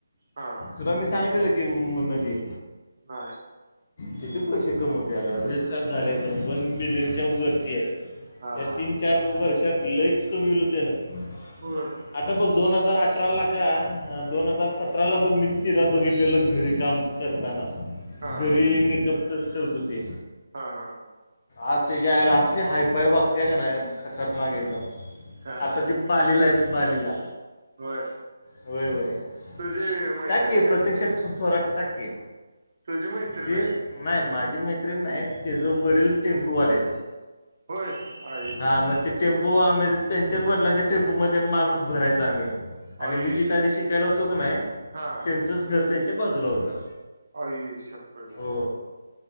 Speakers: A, on the right; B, on the left.
A: हा.
B: तुला मी सांगितलं की मुंबईमध्ये.
A: बाय.
B: किती पैसे कमवते याला रजिस्टार् झाले एकदम वन मिलियनच्या वरती आहे.
A: हा
B: या
A: हा
B: तीन चार वर्षात लय कमीवलतेनं.
A: हो.
B: आता बघ दोन हजार अठरा ला का दोन हजार सतराला बघ मी तिला बघितलेलं घरी काम. करताना
A: हा
B: घरी
A: हा
B: मेकअप क करत होते.
A: हा हा हां.
B: आज त्याच्या आयला असली हायपाय वागते का नाही. खतरनाक
A: बर
B: एकदम
A: हा हा
B: आता त बालीला आहे बालीला.
A: होय
B: होय होय
A: तुझी मैत्रीण काय
B: प्रतीक्षा थोरात टाक की.
A: तुझी मैत्रीण
B: ते
A: आहे काय
B: नाही माझी मैत्रिण नाही त्याच वडील टेम्पूवाले य ते.
A: होय आ
B: हा मग ते टेम्पो आम्ही त्यांच्याच वडिलांच्या टेम्पोमध्ये माल भरायचा आम्ही आणि
A: आई
B: मी जिथआधी
A: शप्पथ
B: शिकायला होतो की नाही
A: हा हा
B: त्यांचंच घर त्यांच्या बाजूला होतं.
A: आई शप्पथच!
B: हो